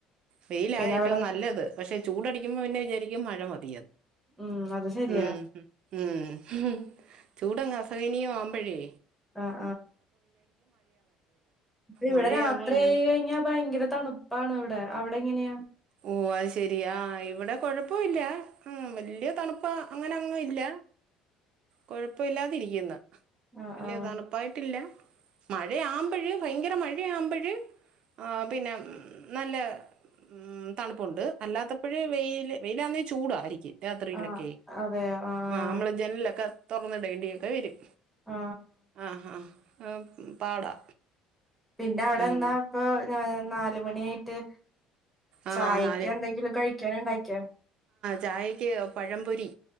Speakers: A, on the right (about 45°); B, in the centre.
A: വെയില
B: പിന്നെ
A: ഏറ്റവും
B: അവിടെ
A: നല്ലത് പക്ഷെ ചൂടടിക്കുമ്പോ പിന്നെ വിചാരിക്കും മഴ മതിയാണ്
B: ഉം അത് ശരിയാ
A: ഉം ഉം ഉ ചൂടഗ് അസഹനിയും ആവുമ്പോഴേ
B: ആ ഇപ്പ ഇവിടെ
A: മഴയാവുമ്പോ
B: രാത്രി
A: വിചാരിക്കും
B: ചെയയി കഴിഞ്ഞാൽ ഭയങ്കര തണുപ്പാണ് ഇവിടെ അവിടെ എങ്ങനെയാ
A: ഓ അത് ശെരിയാ ഇവിടെ കൊഴപ്പല്ല ആ വല്ിയ തണുപ്പ അങ്ങനെ അങ്ങും ഇല്ല കുഴപ്പ ഇില്ലാതിരിക്കുന്നു
B: ആഹ്
A: വലിയ
B: ആഹ്
A: തണുപ്പായിട്ടില്ല മഴയാുമ്പഴ് ഭയങ്കര മഴയാവുമ്പഴ് ആ പിന്നെ നല്ല ഉം തണുപ്പുണ്ട് അല്ലാത്തപ്പോഴ് വെൽ വെയിലാന്ന ചൂടായിരിക്കും രാത്രിയിലൊക്കെ
B: ആഹ് അതെ ആഹ്
A: ആ നമ്മള് ജനിലൊക്കെ തുറന്നിടേണ്ടി ഒക്കെ വരും
B: ആ
A: ആ ആ പാടാ
B: പിന്നെ അവിടെ
A: ഉം
B: എന്താ ഇപ്പ ഞ നാലുമണിയായിട്ട്
A: ആ
B: ചായക്ക്
A: നാല്
B: എന്തെങ്കിലും കഴിക്കാന ഉണ്ടാക്കിയാ
A: ചായയ്ക്ക് പഴംപൊരി